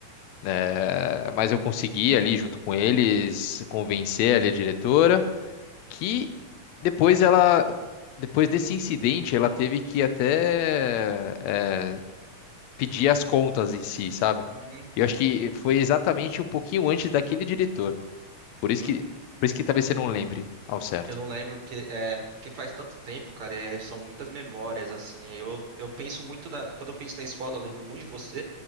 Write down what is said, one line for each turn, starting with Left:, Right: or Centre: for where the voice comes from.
Left: É, mas eu consegui ali, junto com eles, convencer ali a diretora que depois ela, depois desse incidente, ela teve que até é, pedir as contas em si, sabe?
Right: uhum,
Left: Eu acho que foi exatamente um pouquinho antes daquele diretor. Por
Right: uhum.
Left: isso que, por isso que talvez você não lembre ao certo.
Right: Eu não lembro porque é porque faz tanto tempo, cara, e são muitas memórias assim. Eu, eu penso muito na, quando eu penso na escola, eu lembro muito de você,